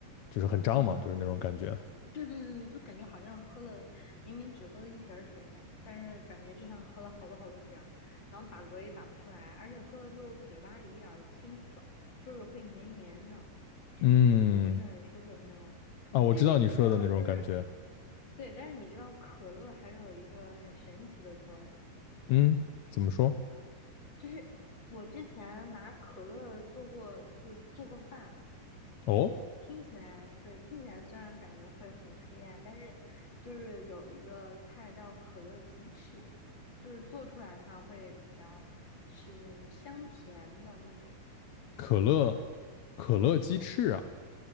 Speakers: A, on the left; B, on the left.
A: 就是很胀嘛，
B: 嗯，
A: 就是那种感觉，
B: 对对对，就感觉好像喝了，明明只喝了一瓶儿水，但是感觉就像喝了好多好多瓶儿，然后打嗝也打不出来，而且喝了之后嘴巴里一点儿都不清爽，就是会黏黏的，
A: 嗯
B: 就不是很舒服的那种。
A: 啊，我知道你说的那种感觉，
B: 但是你知道，就是对，但是你知道可乐还有一个很神奇的作用，
A: 嗯，怎么说？
B: 就是我之前拿可乐做过，就是做过饭，
A: 哦，
B: 听起来，对，听起来虽然感觉会很黑暗，但是就是有一个菜叫可乐鸡翅，就是做出来的话会比较是香甜的那种
A: 可乐
B: 口味。
A: 可乐鸡翅啊，